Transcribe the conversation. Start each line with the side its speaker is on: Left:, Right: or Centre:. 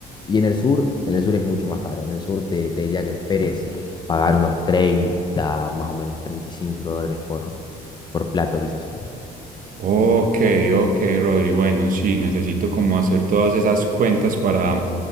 Left: Y en el sur, en el sur es mucho más caro. En el sur te, te diría que esperes pagar unos 30 más o menos 35 dólares por, por plato, quizás.
Right: Ok, ok, Rodri. Bueno, sí, necesito como hacer todas esas cuentas para,